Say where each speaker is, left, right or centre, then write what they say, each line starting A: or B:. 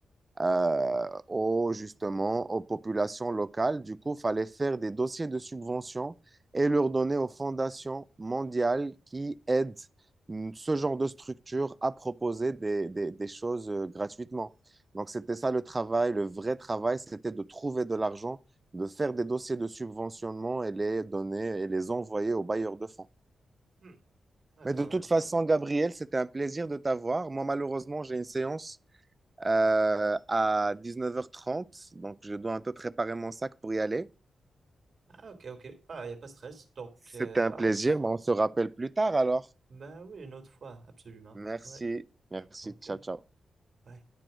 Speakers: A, on the right; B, on the right.
A: euh, aux, justement, aux populations locales. Du coup, il fallait faire des dossiers de subvention et leur donner aux fondations mondiales qui aident mm, ce genre de structure à proposer des, des- des choses euh, gratuitement. Donc, c'était ça le travail, le vrai travail, c'était de trouver de l'argent, de faire des dossiers de subventionnement et les donner et les envoyer aux bailleurs de fonds.
B: Hmm. Ah,
A: Mais
B: quand
A: de toute
B: même.
A: façon, Gabriel, c'était un plaisir de t'avoir. Moi, malheureusement, j'ai une séance euh, à neuf heures trente, Donc, je dois un peu préparer mon sac pour y aller.
B: Ah, ok, ok. Ah, il n'y a pas de stress. Donc, euh,
A: C'était un
B: bah,
A: plaisir.
B: on s-
A: mais on se rappelle plus tard alors.
B: bah oui, une autre fois, absolument.
A: Merci.
B: Ouais,
A: Merci.
B: ok.
A: Ciao, ciao.
B: Bye.